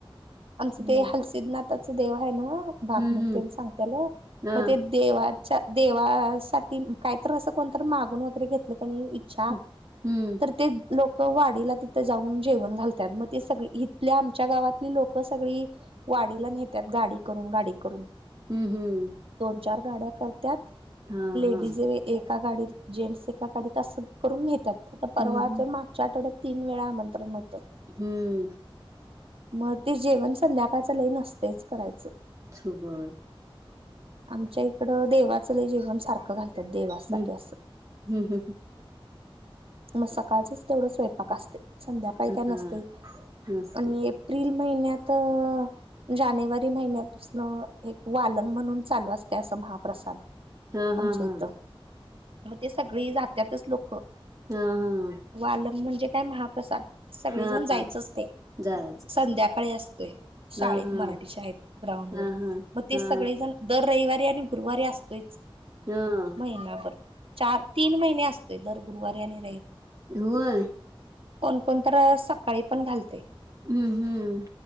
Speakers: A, on the right; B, on the right.
A: आमचं
B: हं,
A: ते
B: हं.
A: हलसिदनाथाच देव काय ना भाग
B: हं.
A: नुकतेच कते सांगतल त्याला
B: हां.
A: मग ते देवात देवासाठी काहीतरी असं कोणतरी मागून वगैरे घेतलं इच्छा
B: हं. हं.
A: तर ते लो--क वाडीला तिथं जाऊन जेवण घालत्यात. मग ते सग इथल्या आमच्या गावातली लोकं सगळी वाडीला न्हेत्यात गाडी करून, गाडी करून.
B: हम्म हम्म
A: दोन चार गाड्या करत्यात,
B: हा
A: लेडीज
B: हा
A: एक एका गाडीत जेंट्स एका गाडीत असं करून न्हेतात. आता परवा
B: हम्म हम्म
A: जर मागच्या आठवड्यात तीन वेळा आमंत्रण होतं.
B: हम्म
A: मग ते जेवण संध्याकाळचं लई नसतेयच करायचं.
B: सुबळ
A: आमच्या इकडं देवाच लई जेवण सारखं घाल त्या देवासाठी
B: हम्म
A: असं
B: हम्म हम्म
A: मग सकाळचंच तेवढं स्वयंपाक असते, संध्याकाळी काय नसतंय.
B: हा नसते
A: आणि एप्रिल महिन्यातं जानेवारी महिन्यात <unintelligible> एक वालंग म्हणून चालू असतय असं महाप्रसाद.
B: तं
A: आमच्या
B: हं हं
A: इथं मग ते सगळी जात्यातच लोक
B: हा हा
A: वालन म्हण ते काय महाप्रसाद सगळेजण
B: हा
A: जायचं असततंय.
B: जायचंच
A: संध्याकाळी असतोय शाळेत
B: हा हा
A: मराठी शाळेत ग्राउंड वर,
B: हा हा
A: मग ते
B: हा
A: सगळे जण दर रविवारी आणि गुरुवारी असतोयंच.
B: हा
A: महिनाभर चार तीन महिने असतोय दर गुरुवारी आणि
B: व्हय
A: कोणकोणतरं सकाळी पण घालतंय.
B: हम्म हम्म